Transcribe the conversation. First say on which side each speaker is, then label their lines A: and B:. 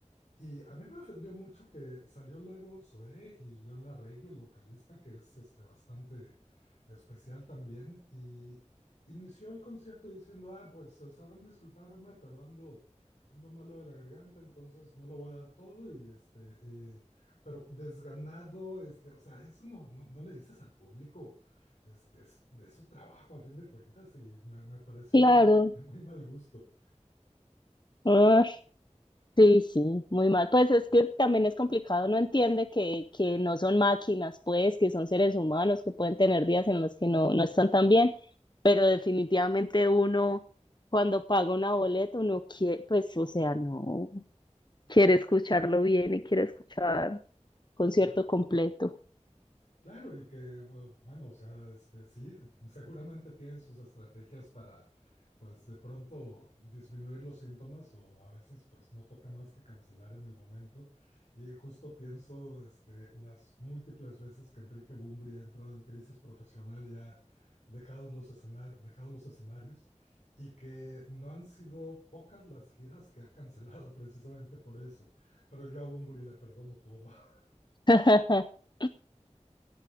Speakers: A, on the left; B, on the left.
A: Y a mí me ofendió mucho que salió luego Zoé y León Larregui, el vocalista, que es este, bastante especial también, y inició el concierto diciendo, ah, pues sabrán disculparme, pero ando, ando malo de la garganta, entonces no lo voy a dar todo, y este, y- pero desganado, este, o sea, eso no, no, no le dices al público, este, es de su trabajo a fin de cuentas, y me, me pareció
B: Claro.
A: de muy mal gusto.
B: Ay, Sí, sí, muy mal. Pues es que también es complicado, no entiende que, que no son máquinas, pues, que son seres humanos, que pueden tener días en los que no, no están tan bien, pero definitivamente uno cuando paga una boleta, uno quiere, pues, o sea, no, quiere escucharlo bien y quiere escuchar concierto
A: Cla-
B: completo.
A: Claro, y que, bu- bueno, o sea, este, sí, seguramente tienen sus estrategias para, pues, de pronto disminuir los síntomas o a veces, pues, no toca más que cancelar en el momento. Y justo pienso, este, las múltiples veces que Enrique Bumbri ha entrado en crisis profesional y ha dejado los, escenar dejado los escenarios y que no han sido pocas las giras que ha cancelado precisamente por eso. Pero yo a Bumburi le perdono todo. <laughs>
B: <laughs>